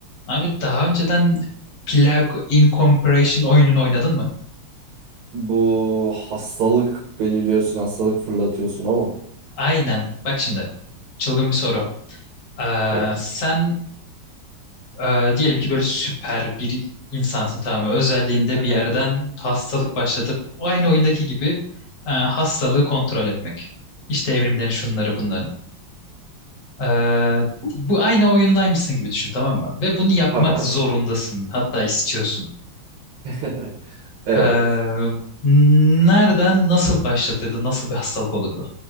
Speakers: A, on the left; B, on the right.
A: Abi daha önceden Plague Incorporation oyununu oynadın mı?
B: Bu hastalık belirliyorsun, hastalık fırlatıyorsun ama.
A: Aynen. Bak şimdi. Çılgın bir soru. Ee,
B: Evet.
A: sen e, diyelim ki böyle süper bir insansın tamam mı? Özelliğinde
B: Aha,
A: bir yerden hastalık başlatıp o aynı oyundaki gibi e, hastalığı kontrol etmek. İşte evrimlerin şunları bunları. Ee, bu aynı oyundaymışsın gibi düşün tamam mı? Ve bunu yapmak
B: Tamam.
A: zorundasın. Hatta istiyorsun.
B: <laughs> Evet.
A: Ee, nereden nasıl başlatırdı? Nasıl bir hastalık olurdu?